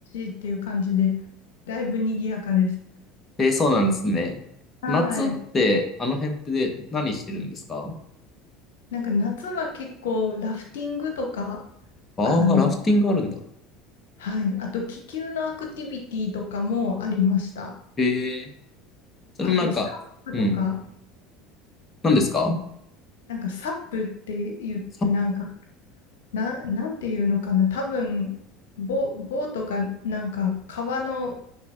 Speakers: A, on the left; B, on the left.
A: しっていう感じで、だいぶ賑やかです。
B: えー、そうなんですね。
A: はい。
B: 夏って、あの辺ってで何してるんですか
A: なんか夏は結構ラフティングとか、
B: ああー、
A: あの、
B: ラフティングあるんだ。
A: はい。あと気球のアクティビティとかもありました。
B: へえ、それなんか、
A: あとサップとか、
B: うん。何ですか
A: なんかサップって言ってなんか
B: さ
A: な、なんていうのかな、多分、棒、棒とか、なんか、川の、